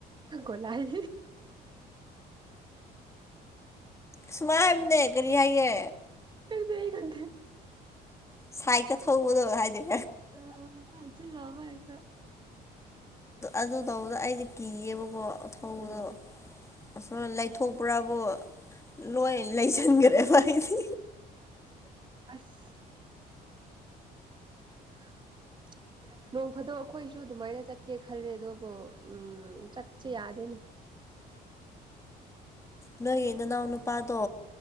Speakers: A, on the right; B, on the left.
A: ꯒꯣꯂꯥꯢ
B: ꯁꯨꯃꯥꯏ ꯍꯥꯏꯕꯅꯦ ꯀꯔꯤ ꯍꯥꯏꯌꯦ
A: ꯂꯩ ꯈꯟꯗꯦ
B: ꯁꯥꯏꯀ ꯊꯧꯕꯗꯣ ꯍꯥꯏꯗꯤ
A: ꯑ ꯍꯥꯏꯆꯦ ꯌꯥꯕ ꯍꯥꯏ
B: ꯑꯗꯨ ꯇꯧꯕꯗ ꯑꯩꯁ ꯀꯤꯌꯦꯕꯀꯣ ꯊꯧꯕꯗꯣ
A: ꯎꯝ
B: ꯑꯁꯨꯝ ꯂꯩꯊꯣꯛꯄ꯭ꯔꯥꯕꯨ ꯂꯣꯏ ꯂꯩꯁꯤꯟꯈ꯭ꯔꯦꯕ ꯍꯥꯏꯗꯤ
A: ꯑꯁ <unintelligible> ꯅꯣꯡ ꯐꯥꯗꯣꯛ ꯑꯩꯈꯣꯏꯁꯨ ꯑꯗꯨꯃꯥꯏꯅ ꯆꯠꯀꯦ ꯈꯜꯂꯦ ꯑꯗꯨꯕꯨ ꯆꯠꯁꯦ ꯌꯥꯗꯦꯅꯦ
B: ꯅꯣꯏꯒꯤ ꯅꯅꯥꯎ ꯅꯨꯄꯥꯗꯣ